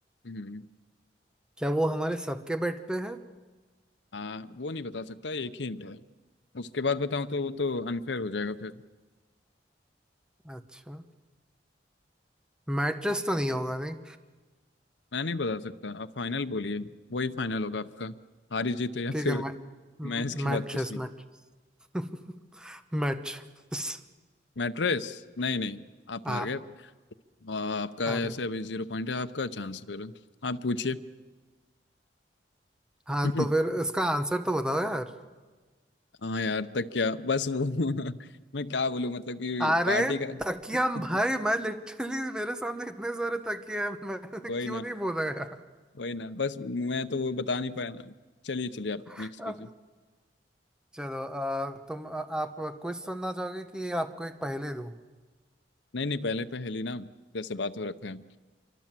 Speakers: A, on the left; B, in the centre.
A: हम्म
B: क्या वो हमारे सबके बेड पे है
A: हाँ वो नहीं बता सकता एक ही हिंट है उसके बाद बताऊँ तो वो तो अनफेयर हो जाएगा फिर।
B: अच्छा मैट्रेस तो नहीं होगा नहीं
A: मैं नहीं बता सकता आप फाइनल बोलिए वही फाइनल होगा आपका हारी जीत या
B: ठीक
A: फिर
B: है मै,
A: मैं इसके
B: मैट्रेस
A: बाद कुछ नहीं
B: मैट्रेस <laughs> मैट्रेस
A: मैट्रेस नहीं नहीं आप
B: हाँ
A: हार गए आ, आपका
B: अरे
A: ऐसे अभी जीरो पॉइंट है आपका चांस फिर आप पूछिए
B: हाँ
A: <laughs>
B: तो फिर इसका आंसर तो बताओ यार
A: हाँ यार तक क्या बस वो <laughs> मैं क्या बोलूँ मतलब कि
B: अरे
A: पार्टी का
B: तकिया
A: <laughs>
B: हम भाई मैं लिटरली मेरे सामने इतने सारे तकिए हैं मैं
A: वही
B: <laughs> क्यों
A: ना
B: नहीं बोला यार
A: वही ना बस मैं तो वो बता नहीं पाया ना चलिए चलिए आप
B: <laughs>
A: नेक्स्ट कीजिए
B: चलो अ, तुम अ, आप क्विज सुनना चाहोगे कि आपको एक पहेली दूं
A: नहीं नहीं पहले पहेली ना जैसे बात हो रखा है